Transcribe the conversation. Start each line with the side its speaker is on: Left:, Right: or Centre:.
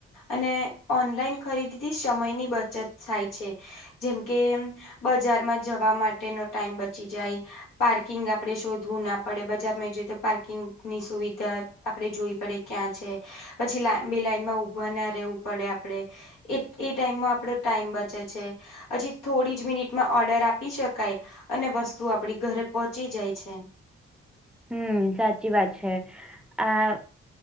Left: અને ઓનલાઈન ખરીદીથી સમયની બચત થાય છે. જેમ કે બજારમાં જવા માટેનો ટાઈમ બચી જાય પાર્કિંગ આપડણે શોધવું ના પડે બજારમાં જઈએ તો પાર્કિંગ ની સુવિધા આપડે જોવી પડે ક્યાં છે. પછી લાંબી લાઈન માં ઉભા ના રહેવું પડે આપડે એ એ ટાઈમમાં આપડો ટાઈમ બચે છે. હજી થોડી જ મિનિટમાં ઓર્ડર આપી શકાય અને વસ્તુ આપડી ઘરે પોહોંચી જાય છે.
Centre: હમ સાચી વાત છે આ